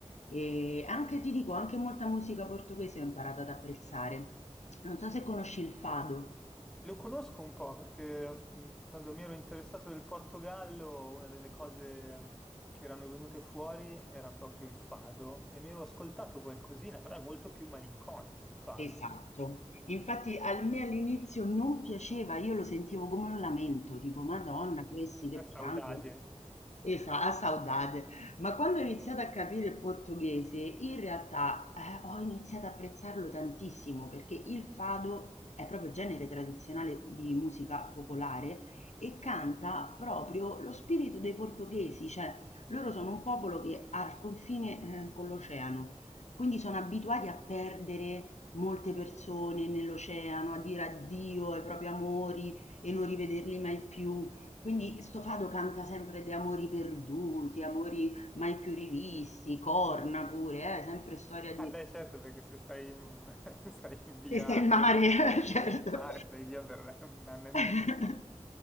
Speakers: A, on the left; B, in the centre.
A: E anche ti dico, anche molta musica portoghese ho imparato ad apprezzare. Non so se conosci il fado.
B: Lo conosco un po' perché mh, quando mi ero interessato del Portogallo, una delle cose mh, che erano venute fuori era proprio il fado e mi ero ascoltato qualcosina, però è molto più malinconico il fado,
A: Esatto.
B: giusto?
A: Infatti a me all'inizio non piaceva, io lo sentivo come un lamento, dico: "Madonna, questi che
B: è saudade.
A: piangono". Esa a saudade. Ma quando ho iniziato a capire il portoghese, in realtà, eh, ho iniziato a apprezzarlo tantissimo perché il fado è proprio genere tradizionale di musica popolare e canta proprio lo spirito dei portoghesi, cioè loro sono un popolo che ha il confine, eh, con l'oceano, quindi sono abituati a perdere molte persone nell'oceano, a dire addio ai propri amori e non rivederli mai più. Quindi sto Fado canta sempre di amori perduti, amori mai più rivisti, corna pure, eh, sempre storia di
B: Ah beh, certo, perché se stai in, <laughs> stai in via,
A: vista in mare, <laughs> certo.
B: stai in mare, stai via per un anno e mezzo.
A: <laughs>